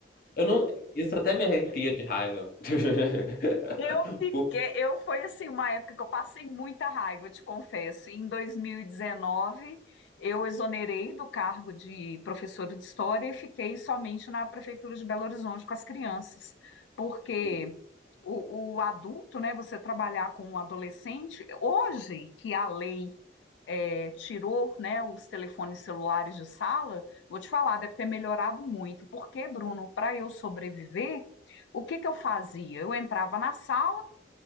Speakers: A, on the left (about 50°); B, on the left (about 80°).
A: eu não. Isso até me arrepia de raiva. <laughs>
B: Eu fiquei,
A: Por-
B: eu foi assim uma época que eu passei muita raiva, eu te confesso. Em 2019, eu exonerei do cargo de professora de história e fiquei somente na prefeitura de Belo Horizonte com as crianças, porque
A: Sim.
B: o, o adulto, né, você trabalhar com um adolescente, hoje que a lei é, tirou né, os telefones celulares de sala, vou te falar, deve ter melhorado muito. Porque, Bruno, para eu sobreviver, o que, que eu fazia? Eu entrava na sala